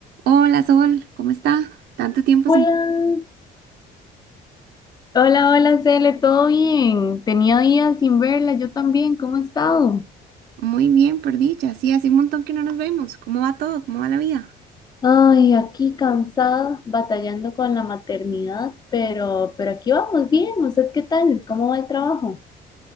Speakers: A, on the right; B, on the left.
A: Hola Sol, ¿cómo está? Tanto tiempo
B: Hola,
A: sin...
B: hola, hola, Cele, ¿todo bien? Tenía días sin verla, yo también, ¿cómo has estado?
A: Muy bien, por dicha. Sí, hace un montón que no nos vemos. ¿Cómo va todo? ¿Cómo va la vida?
B: Ay, aquí cansada, batallando con la maternidad, pero, pero aquí vamos bien. ¿Usted qué tal? ¿Cómo va el trabajo?